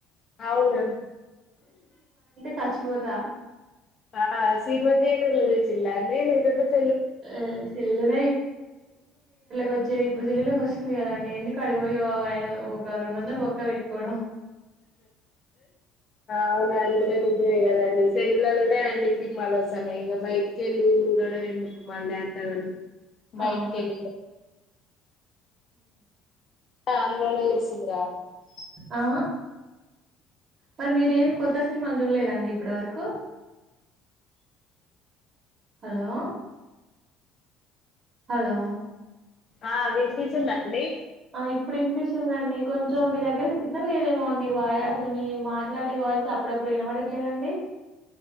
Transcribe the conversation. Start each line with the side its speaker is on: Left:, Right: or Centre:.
Left: అవున
Right: చచ్చిపోత
Left: ఆ సినిమా <unintelligible> తీయేటర్లో <unintelligible>
Right: <unintelligible> వచ్చేది ఇప్పుడు సెల్ లులకి వస్తుంది కదాండి ఎందుకు అడికి పోయి ఒక రెండు వందలు బొక్క పెట్టుకోవడం
Left: అవునా అది కూడ నిజమే కదండి సెల్లలలోనే అన్ని సినిమాలు అసలు ఇంక బయటికి వెళ్ళి చూడడం ఎందుకు మళ్ళీ అంతగనం బయటికెళ్ళి
Right: అవును
Left: చూ అందులోనే <unintelligible>
Right: ఆ మరి మీరు ఏం కొత్త సినిమాలు చూడలేదండి ఇప్పటి వరకు హలో హలో
Left: ఆ వినిపిస్తుందా ఆండి
Right: ఆ ఇప్పుడు వినిపిస్తుందండి కొంచెం మీ దగ్గర సిగ్నల్ లేదేమో అండి బాయ్ అసలు మీ మాట్లాడే వా వాయిస్ అప్పుడప్పుడు వినబడట్లేదండి